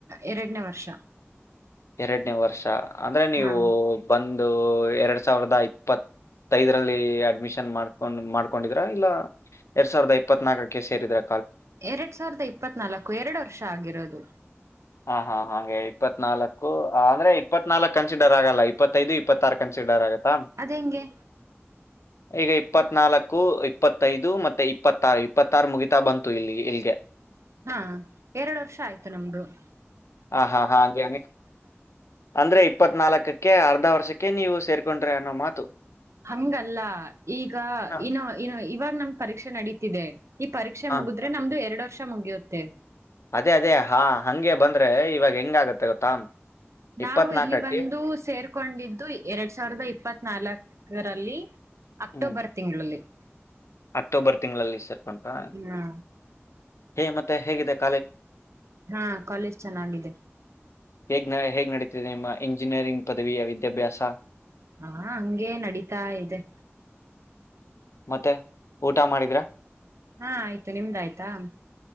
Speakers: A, on the right; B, on the left.
A: ಎರಡನೇ ವರ್ಷ
B: ಎರಡನೇ ವರ್ಷ ಅಂದ್ರೆ ನೀವು
A: ಹಾ
B: ಬಂದ ಇದು ಎರಡ್ ಸಾವಿರದ ಇಪ್ಪತ್ತೈದರಲ್ಲಿ ಬಿ ಎ ಅಡ್ಮಿಷನ್ ಮಾಡ್ಕೊಂಡ್ ಮಾಡ್ ಕೊಂಡಿದ್ರ ಇಲ್ಲಾ ಎರಡ್ ಸಾವಿರ್ದ ಇಪ್ಪತ್ ನಾಕಕ್ಕೆ ಸೇರಿದ್ರಾ
A: ಎರಡ್ ಸಾವಿರದ ಇಪ್ಪತ್ ನಾಲಕ್ಕುಎರಡ ವರ್ಷ ಆಗಿರೋದು
B: ಹಾ ಹಾ ಹಾಗೆ ಇಪ್ಪತ್ನಾಲ್ಕು ಅಂದ್ರೆ ಇಪ್ಪತ್ನಾಲ್ಕ್ ಕನ್ಸಿಡರ್ ಆಗಲ್ಲ ಇಪ್ಪತ್ತೈದು ಇ ಇಪ್ಪತ್ತಾರು ಕನ್ಸಿಡರ್ ಆಗತ್ತಾ
A: ಅದ್ ಹೆಂಗೆ
B: ಈಗಾ ಇಪ್ಪತ್ ನಾಲ್ಕು ಇಪ್ಪತ್ತೈದು ಮತ್ತೆ ಇಪ್ಪತ್ತಾರು ಇಪ್ಪತ್ತಾರು ಮುಗಿತಾ ಬಂತು ಇಲ್ಲಿ ಇಲ್ಗೆ
A: ಹಾ, ಎರಡ ವರ್ಷಾ ಆಯ್ತು ನಮ್ದು. -
B: ಹ ಹಾ ಹಾ ಹಂಗೆ, ಅನ್ನಿ ಅಂದ್ರೆ ಇಪ್ಪತ್ ನಾಲ್ಕಕ್ಕೆ. - ಅರ್ಧಾ ವರ್ಷಕ್ಕೆ- ನೀವು ಸೇರ್ಕೊಂಡ್ರೆ ಅನ್ನೋ ಮಾತು
A: ಹಂಗಲ್ಲಾ ಈಗಾ
B: ಹಾ,
A: ಇ <unintelligible> ನಾವ್ ಇನಾವ್ ಇವಾಗ್ ನಮ್ ಪರೀಕ್ಷೆ ನಡೀತಿದೆ. - ಈ ಪರೀಕ್ಷೆ
B: ಹಾ.
A: ಮೂಗುದ್ರೆ ನಮ್ದು ಎರಡ್ ವರ್- ಪರೀಕ್ಷಾ ಮುಗಿಯುತ್ತೆ. -
B: ಅದೇ -ಅದೇ ಹಾ ಹಂಗೆ ಬಂದ್ರೆ ಇವಾಗ ಹೆಂಗ ಆಗತ್ತೆ ಗೊತ್ತಾ.
A: ನಾವು
B: ಇಪ್ಪತ್ನಾಲ್ಕಕ್ಕೆ
A: ಇಲ್ಲಿ ಬಂದು ಸೇರ್ಕೊಂಡಿದ್ದು ಎರಡ್ ಸಾವರದ ಇಪ್ಪತ್ ನಾಲ್ಕ್. - ಕರಲ್ಲಿ <unintelligible> ಅಕ್ಟೋಬರ್
B: ಹ್ಮ್
A: ತಿಂಗಳಲ್ಲಿ. -
B: ಅಕ್ಟೋಬರ್ ತಿಂಗಳಲ್ಲಿ ಸೇರ್ಕೊಂಡ್ರಾ.,
A: ಹಾ
B: - ಹೇ, ಮತ್ತೆ ಹೇಗಿದೆ. -
A: ಹಾ, ಕಾಲೇಜ್ ಚೆನ್ನಾಗಿದೆ. -
B: ಹೇಗ್, ನ ಹೇಗ್ ನಡೀತಿದೆ ನಿಮ್ಮ ಎಂಜಿನಿಯರಿಂಗ್ ಪದವಿಯ ವಿದ್ಯಾಭ್ಯಾಸ. -
A: ಹಾ, ಹಂಗೆ ನಡೀತಾ ಇದೆ. -
B: ಮತ್ತೆ ಊಟ ಮಾಡಿದ್ರಾ., -
A: ಹಾ, ಆಯ್ತು ನಿಮ್ದ ಆಯ್ತಾ.. -